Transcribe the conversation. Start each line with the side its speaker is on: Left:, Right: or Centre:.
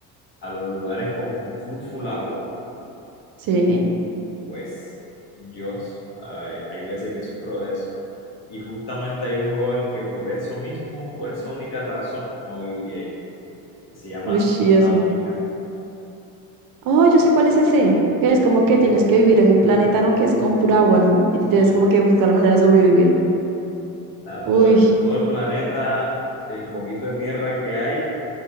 Left: a los lugares con full, full agua.
Right: Sí.
Left: pues yo eh, hay veces que sufro de eso. Y justamente hay un juego en que por eso mismo, por esa única razón, no viviría ahí, que se llama
Right: Uy,
Left: Subnautica.
Right: sí, eso. Oh, yo sé cuál es ese. Que
Left: Sí,
Right: es como que tienes que vivir en un planeta, ¿no? Que es con pura agua, ¿no? Y tienes
Left: sí,
Right: como que buscar
Left: sí,
Right: la manera
Left: exacto.
Right: de sobrevivir.
Left: O sea,
Right: Uy,
Left: todo, todo el planeta, el poquito de tierra que hay,